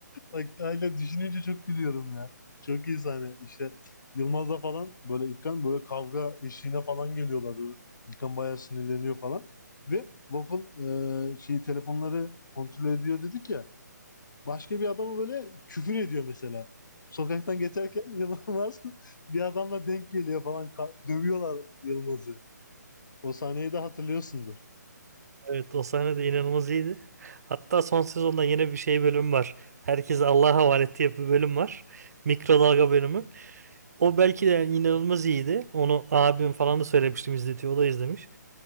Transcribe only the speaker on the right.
Evet o sahne de inanılmaz iyiydi. Hatta son sezonda yeni bir şey bölüm var. Herkese Allah'a havale ettiği bir bölüm var. Mikrodalga bölümü. O belki de yani inanılmaz iyiydi. Onu abim falan da söylemiştim izletiyor. O da izlemiş.